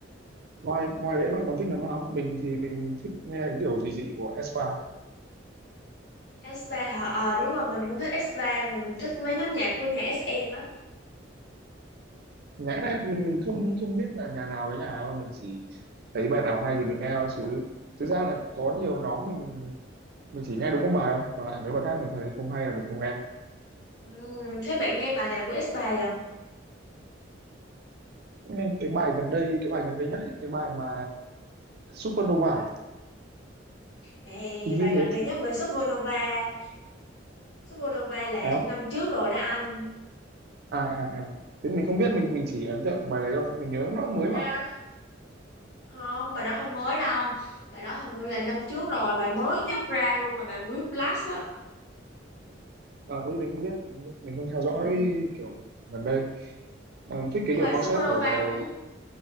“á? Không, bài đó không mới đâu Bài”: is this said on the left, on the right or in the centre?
Left